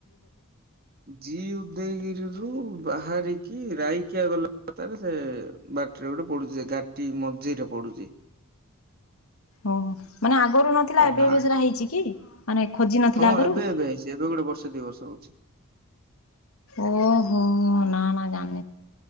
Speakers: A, on the right; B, on the left.
A: ଜି ଉଦୟଗିରି ରୁ ରୁ ବାହାରିକି ରାଇକିଆ ଗଲା ବାଟରେ ସେ ବାଟରେ ଗୋଟେ ପଡୁଛି ଘାଟି ମଝିରେ ପଡୁଚି।
B: ଓହୋ ମାନେ ଆଗରୁ ନଥିଲା
A: ତା
B: ଏବେ
A: ନା
B: ଏବେ ସେଟା ହେଇଛି କି? ମାନେ ଖୋଜି ନଥିଲା
A: ହଁ
B: ଆଗରୁ?
A: ଏବେ ଏବେ ହେଇଛି ଏବେ ଗୋଟେ ବର୍ଷେ ଦି ବର୍ଷ ହଉଛି।
B: ଓହୋ ନା ନା ଜାନି